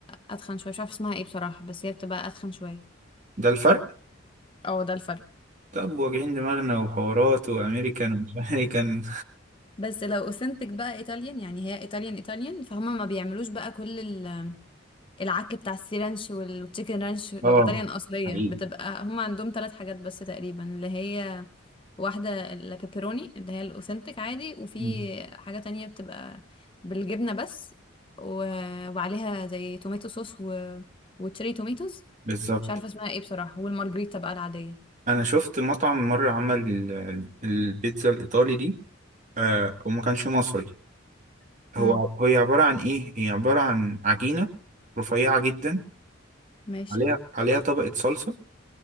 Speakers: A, on the left (about 25°); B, on the right (about 40°).
A: اتخن شويه مش عارفه اسمها ايه بصراحه بس هي بتبقى اتخن شويه
B: ده الفرق
A: اه ده الفرق
B: طب واجعين دماغنا وحوارات وامريكان ومش <laughs> امريكان
A: بس لو اوثنتك بقى ايطاليان يعني هي ايطاليان ايطاليان فهم ما بيعملوش بقى كل ال- العك بتاع السي رانش والتشيكن رانش لو
B: اه
A: ايطاليان اصليه
B: حقيقي
A: بتبقى هم عندهم ثلاث حاجات بس تقريبا اللي هي واحدة البيبروني اللي هي الأوثنتك عادي وفي
B: مم.
A: حاجة تانية بتبقى بالجبنة بس و... وعليها زي توميتو صوص و... وتشيري توميتوز
B: بالظبط
A: مش عارفة اسمها ايه بصراحة والمارجريتا بقى العادية
B: انا شفت مطعم مره عمل ال- البيتزا الايطالي دي آه وما كانش مصري هو
A: امم
B: هي عباره عن ايه هي عباره عن عجينه رفيعه جدا
A: ماشي
B: عليها عليها طبقه صلصه